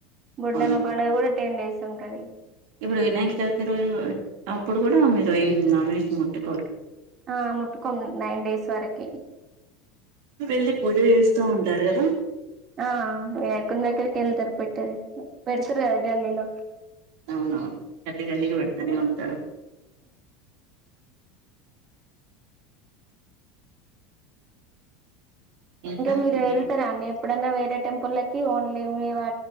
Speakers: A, on the right; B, on the right.
A: బొడ్డమ్మ
B: అవును
A: పండగ కూడ టెన్ డేస్ ఉంటది
B: ఇప్పుడు వినాయక చవితి రోజు అప్పుడు కూడ మీరు ఏం నాన్ వెజ్ ముట్టుకోరు
A: ఆ ముట్టుకోం నైన్ డేస్ వరకి
B: వెళ్ళి పూజ చేస్తా ఉంటారు కదా
A: ఆ వినాయకుడి దగ్గరికి వెళ్తరు పెడ్తారు పెడ్తరు గల్లీలో
B: అవునవును గల్లి గ అల్లి పెడతనేే అంత ఇంకా
A: ఇంక మీరు
B: ఇంకేం
A: వెళ్తరా అండి ఎప్పుడన్నా వేరే టెంపుల్లకి ఓన్లీ మీ వా